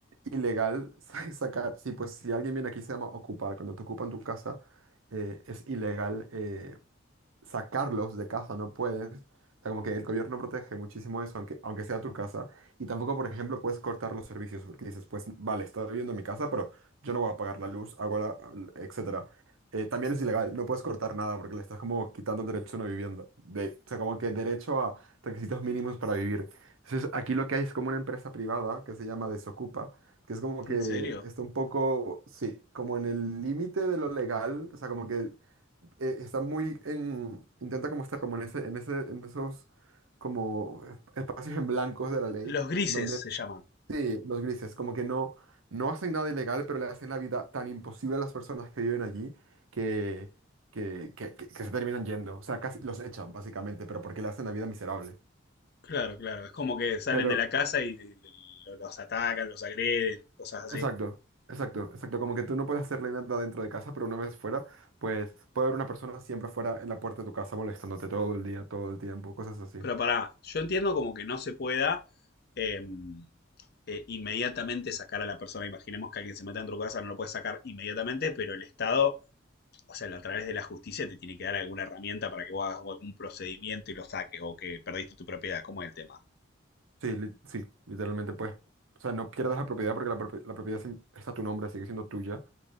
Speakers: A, on the right; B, on the left.
A: ilegal <laughs> sa- sacar, sí, pues si alguien viene aquí se llama ocupar, cuando te ocupan tu casa eh, es ilegal eh, sacarlos de casa no puedes. O sea, como que el gobierno protege muchísimo eso, aunque, aunque sea tu casa. Y tampoco, por ejemplo, puedes cortar los servicios porque dices, pues vale, estoy viviendo en mi casa, pero yo no voy a pagar la luz, hago la, etcétera. Eh, también es ilegal, no puedes cortar nada porque le estás como quitando el derecho a una vivienda. De, o sea, como que derecho a requisitos mínimos para vivir. Entonces, aquí lo que hay es como una empresa privada que se llama Desocupa, que es como que
B: ¿En serio?
A: está un poco, sí, como en el límite de lo legal, o sea, como que eh, está muy en, intenta como estar como en ese, en ese, en esos como esp- espacios en blancos de la ley,
B: Los grises
A: en donde
B: se llaman.
A: sí, los grises, como que no, no hacen nada ilegal, pero le hacen la vida tan imposible a las personas que viven allí que, que, que, que- que se terminan yendo. O sea, casi los echan, básicamente, pero porque le hacen la vida miserable.
B: Claro, claro, es como que salen
A: Pero,
B: de la casa y lo- los atacan, los agreden, cosas así.
A: exacto. Exacto, exacto, como que tú no puedes hacerle nada dentro de casa, pero una vez fuera, pues puede haber una persona siempre fuera en la puerta de tu casa molestándote todo el día, todo el tiempo, cosas así.
B: Pero pará, yo entiendo como que no se pueda em, eh, inmediatamente sacar a la persona. Imaginemos que alguien se meta en tu casa, no lo puedes sacar inmediatamente, pero el Estado, o sea, a través de la justicia te tiene que dar alguna herramienta para que vos hagas algún procedimiento y lo saques o que perdiste tu propiedad. ¿Cómo es el tema?
A: Sí, li- sí, literalmente pues. O sea, no pierdas la propiedad porque la, propi- la propiedad sin- está a tu nombre, sigue siendo tuya,